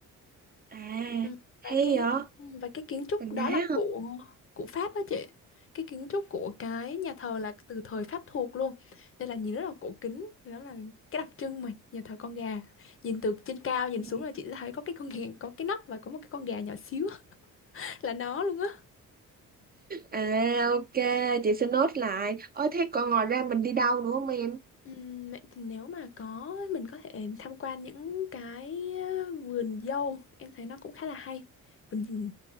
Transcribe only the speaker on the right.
À,
hay
vậy?
Cành
đá hả?
Ừ.
À ok, chị sẽ nốt lại. Ôi thế còn ngoài ra mình đi đâu nữa không em?